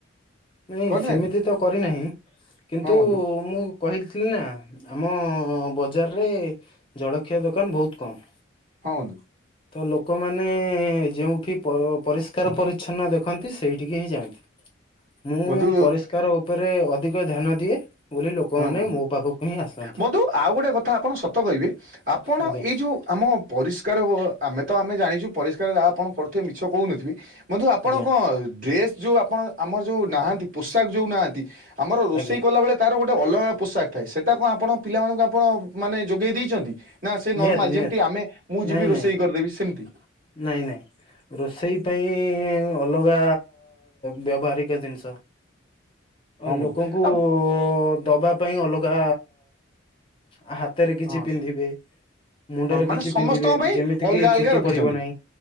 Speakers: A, on the left; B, on the right.
A: ନାଇଁ
B: କରିନାହାନ୍ତି
A: ସେମିତି ତ କରିନାହିଁ କିନ୍ତୁ
B: ହଁ ବନ୍ଧୁ
A: ମୁଁ କହିଥିଲି ନା ଆମ ହଁ ବଜାରରେ ଜଳଖିଆ ଦୋକାନ ବହୁତ କମ୍।
B: ହଁ ବନ୍ଧୁ।
A: ତ ଲୋକମାନେ ଯେଉଁଠି ପରିଷ୍କାର ପରିଚ୍ଛନ୍ନ ଦେଖନ୍ତି ସେଇଠିକି ହିଁ ଯାଆନ୍ତି। ମୁଁ
B: ବନ୍ଧୁ
A: ପରିଷ୍କାର ଉପରେ ଅଧିକ ଧ୍ୟାନ ଦିଏ ବୋଲି ଲୋକମାନୋନ
B: ହଁ ବନ୍ଧୁ
A: ମୋ ପାଖକୁ ହିଁ ଆସନ୍ତି।
B: ବନ୍ଧୁ ଆଉ ଗୋଟେ କଥା ଆପଣ ସତ କହିବେ ଆପଣ
A: ଆଜ୍ଞା
B: ଏଇ ଯୋଉ ଆମ ପରିଷ୍କା ପରିଷ୍କାର ଆମେ ତ ଆମେ ଜାଣିଛୁ ପରିଷ୍କାର ଯାହା ଆପଣ କରୁଥିବେ ମିଛ କହୁନଥିବେ। ବନ୍ଧୁ ଆପଣ
A: ଆଜ୍ଞା
B: କଣ ଡ୍ରେସ୍ ଯୋଉ ଆପଣ ଆମର ଯେଉଁ ନାହାନ୍ତି ପୋଷାକ ଯୋଉଁ ନାହାନ୍ତି। ଆମର ରୋଷେଇ
A: ଆଜ୍ଞା
B: କଲାବେଳେ ତାର ଗୋଟେ ଅଲଗା ପୋଷାକ ଥାଏ ସେଟା କଣ ଆପଣ ପିଲାମାନଙ୍କୁ ଆପଣ ମାନେ ଯୋଗେଇ ଦେଇଛନ୍ତି। ନା ସେ
A: ନିହାତି
B: ନର୍ମାଲ
A: ନିହାତି
B: ଯେମିତି ଆମେ ମୁଁ
A: ନାଇଁ
B: ଯିବି ରୋଷେଇ
A: ନାଇଁ
B: କରିଦେବି ସେମିତି।
A: ନାଇଁ ନାଇଁ ରୋଷେଇ ପାଇଁ ଅଲଗା ବ୍ୟବହାରିକ ଜିନିଷ
B: ହଁ ବନ୍ଧୁ
A: ଲୋକଙ୍କୁ
B: ଆ
A: ଦବା ପାଇଁ ଅଲଗା ଆ ହାତରେ କିଛି
B: ହଁ
A: ପିନ୍ଧିବେ। ମୁଣ୍ଡରେ
B: ହଁ ମାନେ
A: କିଛି
B: ସମସ୍ତଙ୍କ
A: ପିନ୍ଧିବେ
B: ପାଇଁ
A: ଯେମିତି
B: ଅଲଗା
A: କିି
B: ଅଲଗା
A: ଚୁଟି
B: ରଖିଛନ୍ତି
A: ପଡିବ ନାହିଁ।